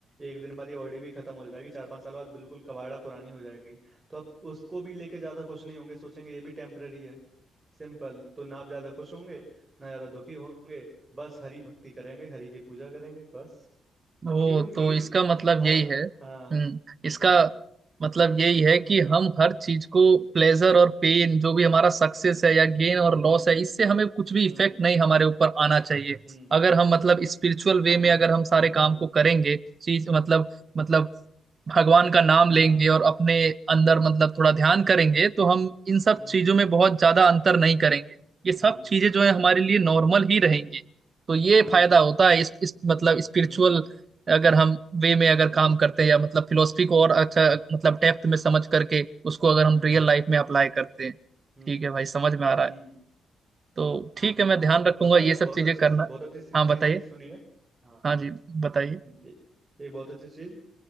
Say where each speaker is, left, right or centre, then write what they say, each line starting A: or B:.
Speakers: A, on the right (about 25°); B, on the right (about 40°).
A: एक दिन बाद ये ऑडी भी खत्म हो जाएगी चार पांच साल बाद बिल्कुल कबाड़ा पुरानी हो जाएगी तो आप उसको भी लेके ज्यादा खुश नहीं होंगे सोचेंगे ये भी टेम्पररी है सिंपल तो ना आप ज्यादा खुश होंगे ना ज्यादा दुखी होंगे बस हरि भक्ति करेंगे हरि की पूजा करेंगे बस
B: ओ
A: क्योंकि
B: तो इसका मतलब
A: हर
B: यही है हम्म
A: हाँ
B: इसका
A: हाँ
B: मतलब यही है कि हम हर चीज को प्लेजर और पेन जो भी हमारा सक्सेस है या गेन और
A: हम्म
B: लॉस है इससे हमें कुछ भी
A: हम्म
B: इफेक्ट नहीं हमारे ऊपर आना चाहिए
A: हम्म
B: अगर हम मतलब स्पिरिचुअल वे
A: हाँ
B: में अगर हम सारे
A: हाँ
B: काम को करेंगे चीज मतलब मतलब भगवान का नाम
A: हाँ
B: लेंगे और अपने अंदर मतलब थोड़ा ध्यान
A: हम्म
B: करेंगे तो हम इन सब
A: हम्म
B: चीजों में बहुत ज्यादा अंतर नहीं करेंगे ये सब
A: हम्म
B: चीजें जो है हमारे लिए नॉर्मल ही रहेंगी तो ये
A: हम्म
B: फायदा होता है इस, इस मतलब स्पिरिचुअल
A: हम्म
B: अगर हम वे में अगर
A: हम्म
B: काम करते हैं या मतलब फिलोसफी को और अच्छा मतलब डेप्थ में समझ करके उसको अगर
A: हम्म
B: हम रियल लाइफ में अप्लाई करते हैं
A: हम्म
B: ठीक है भाई समझ में आ रहा
A: हम्म
B: है तो ठीक
A: हम्म।
B: है मैं ध्यान रखूंगा
A: पता
B: ये
A: है एक
B: सब
A: बहुत
B: चीजें
A: अच्छी
B: करना
A: बहुत अच्छी
B: हाँ
A: चीज
B: बताइए
A: एक सुनी है हाँ
B: हाँ जी बताइए
A: हम्म, ए- एक बहुत अच्छी चीज